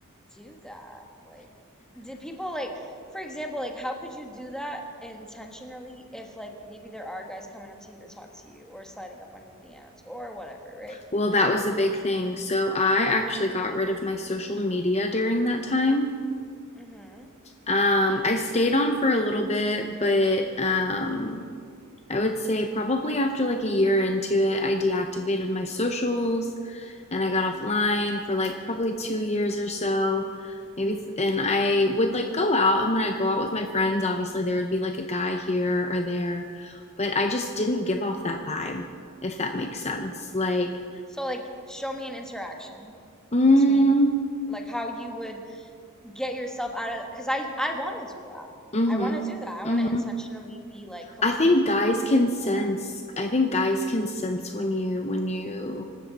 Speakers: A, in the centre; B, on the left.
A: do that? Like did people like for example, like how could you do that intentionally if like maybe there are guys coming up to you to talk to you or sliding up on your DMs or whatever, right?
B: Well, that was a big thing. So I actually got rid of my social media during that time.
A: Mm-hmm.
B: Um, I stayed on for a little bit, but um, I would say probably after like a year into it, I deactivated my socials and I got offline for like probably two years or so. Maybe, and I would like go out, and when I go out with my friends, obviously there would be like a guy here or there, but I just didn't give off that vibe, if that makes sense. Like,
A: So like show me an interaction
B: Mm,
A: between like how you would get yourself out of because I I want to do that.
B: Mhm.
A: I want to do that. I want
B: Mhm.
A: to intentionally be like completely
B: I think guys
A: like
B: can sense.
A: alone.
B: I think guys can sense when you when you